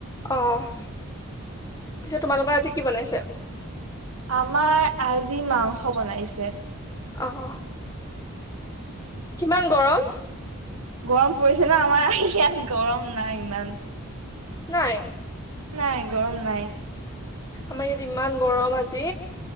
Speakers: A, on the left; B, on the right.
A: অ', পিছে তোমালোকৰ আজি কি বনাইছে?
B: আমাৰ আজি মাংস বনাইছে।
A: অ', কিমান গৰম?
B: গৰম পৰিছে ন আমাৰ ইয়াত গৰম নাই ইমান।
A: নাই।
B: নাই গৰম নাই।
A: আমাৰ ইয়াত ইমান গৰম আজি